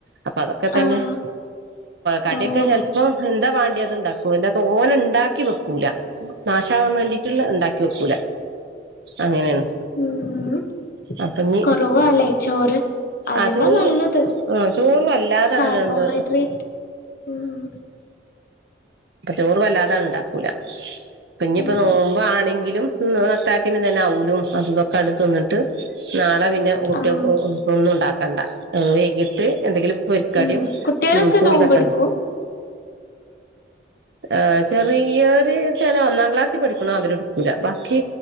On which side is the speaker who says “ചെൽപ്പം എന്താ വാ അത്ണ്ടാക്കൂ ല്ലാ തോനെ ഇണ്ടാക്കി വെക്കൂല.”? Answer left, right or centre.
Right